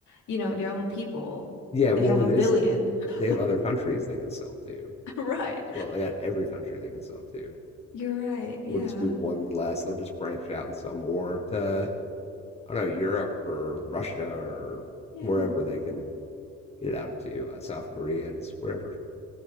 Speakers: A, on the left; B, on the left.
A: you know, their own people.
B: Yeah,
A: They
B: well,
A: have
B: it
A: a billion.
B: is,
A: <laughs>
B: they have other countries they can sell to.
A: Right.
B: Well, they got every country they can sell to.
A: You're right. Yeah.
B: We'll just be one less. They'll just branch out and sell more to, I don't know, Europe or Russia or
A: Yeah,
B: wherever they can get it out to, uh, South Korea, just wherever,